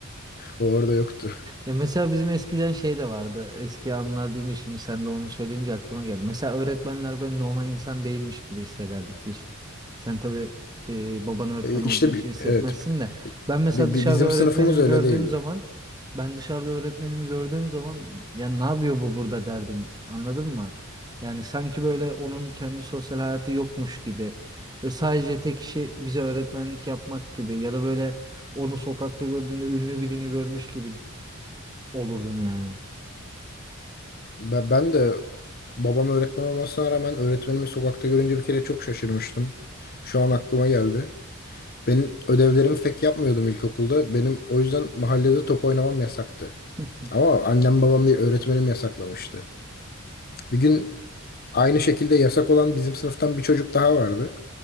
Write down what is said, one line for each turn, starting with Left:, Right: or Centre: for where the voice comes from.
Left: O orada yoktu. <laughs>
Right: Ya mesela bizim eskiden şey de vardı. Eski anılar deyince şimdi sen de onu söyleyince aklıma geldi. Mesela öğretmenler böyle normal insan değilmiş gibi hissederdik biz. Sen tabii e, baban öğretmen
Left: E,
Right: olduğu
Left: işte
Right: için
Left: bi-
Right: hissetmezsin
Left: evet
Right: de. Ben mesela
Left: bi-
Right: dışarıda
Left: bi- bizim
Right: öğretmenimi
Left: sınıfımız öyle
Right: gördüğüm
Left: değildi.
Right: zaman ben dışarıda öğretmenimi gördüğüm zaman ya ne yapıyor bu burada derdim. Anladın mı? Yani sanki böyle onun kendi sosyal hayatı yokmuş gibi ve sadece tek işi bize öğretmenlik yapmak gibi ya da böyle onu sokakta gördüğünde ünlü birini görmüş gibi olurdum yani.
Left: Ben, ben de babam öğretmen olmasına rağmen öğretmenimi sokakta görünce bir kere çok şaşırmıştım. Şu an aklıma geldi. Benim ödevlerimi pek yapmıyordum ilkokulda. Benim o yüzden mahallede top oynamam yasaktı.
Right: <laughs>
Left: Ama annem babam değil öğretmenim yasaklamıştı. Bir gün aynı şekilde yasak olan bizim sınıftan bir çocuk daha vardı.